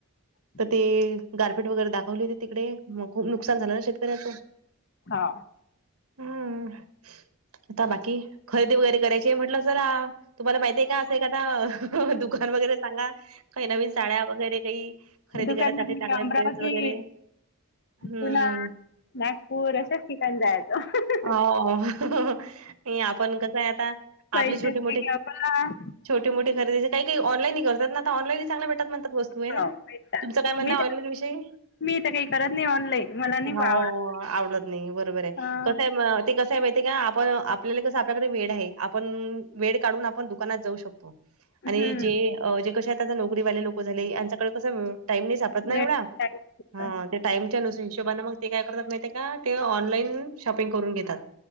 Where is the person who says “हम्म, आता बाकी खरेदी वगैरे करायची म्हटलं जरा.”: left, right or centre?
Right